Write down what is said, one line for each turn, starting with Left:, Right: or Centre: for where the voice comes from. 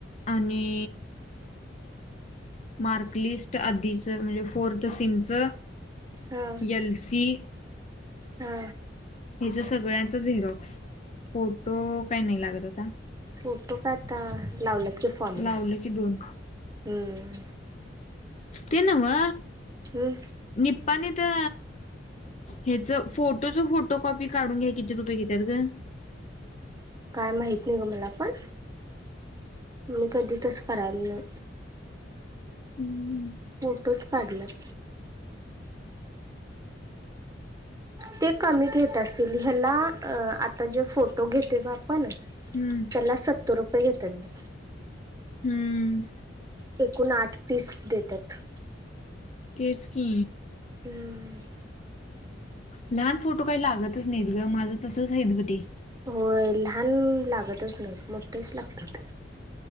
Left: आणि. मार्कलिस्ट आधीचं म्हणजे फोर्थ सिमच
Right: हा
Left: एल सी
Right: हा.
Left: हिचं सगळ्यांच झेरॉक्स फोटो काय नाही लागत होता.
Right: फोटो काय आता लावल्यात कि फॉर्मला
Left: लावलं की दोन
Right: हम्म
Left: ते नव्ह
Right: हम
Left: निपाणी त ह्याच फोटोचं फोटो कॉपी काढून घ्याया किती रुपये घेतात ग
Right: काय माहीत नाही ग मला पण मी कधी तसं करायला नाही.
Left: हम्म
Right: फोटोच काढल्यात ते कमी घेत असतील ह्यानां आता जे फोटो घेते बा त्याला
Left: हम्म
Right: सत्तर रुपये घेतात.
Left: हम्म
Right: एकूण आठ पीस देतात.
Left: तेच की
Right: हम्म
Left: लहान फोटू काय लागतच नाहीत गं माझं तसंच आहे बघ ते
Right: होय लहान लागतच नाहीत मोठेच लागतात.